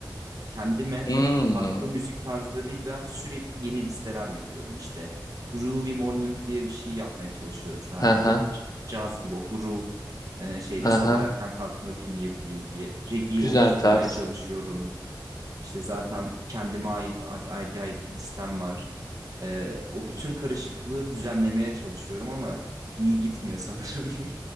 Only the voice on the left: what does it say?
Hmm.
Aha,
aha.
Güzel
tarz.